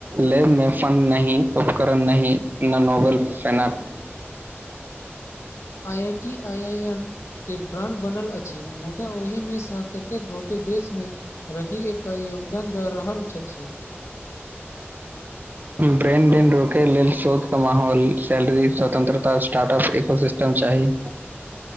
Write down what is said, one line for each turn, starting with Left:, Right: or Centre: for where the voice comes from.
Right: ले मे फन नही उपकरण नही न novel Fena <inaudible>
Left: I I T I I M के ब्रां्ड बनल अछि मुदा ओहिमे सँ कतेक गोट देश मे रहि एक योगदान दऽ रहल अच्छा जी
Right: ब्रेनडेन रोकय लेल शोधके माहौल सैलरी स्वतंत्रता स्टार्टअप इकोसिस्टम चाही <inaudible>